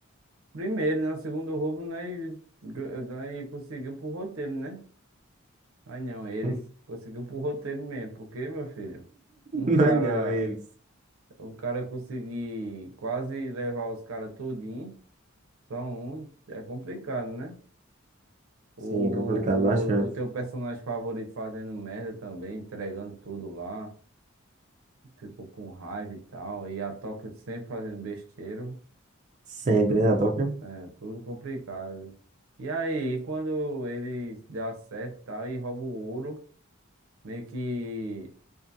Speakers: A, on the right (about 80°); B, on the right (about 35°).
A: Primeiro, né? O segundo roubo nós, gan- nós conseguiu pro roteiro, né? Mas não, eles
B: <laughs>
A: conseguiu pro roteiro mesmo. Porque, meu filho, um
B: Não,
A: cara,
B: não, eles.
A: um cara conseguir quase levar os caras todinho, só um, é complicado, né? O,
B: Sim, complicado bastante.
A: o, o teu personagem favorito fazendo merda também, entregando tudo lá, tipo com raiva e tal, e a Tóquio sempre fazendo besteira,
B: Sempre,
A: foi tudo,
B: né, a Toca?
A: é, tudo complicado. E aí, quando eles dão certo e tal, e roubam o ouro, meio que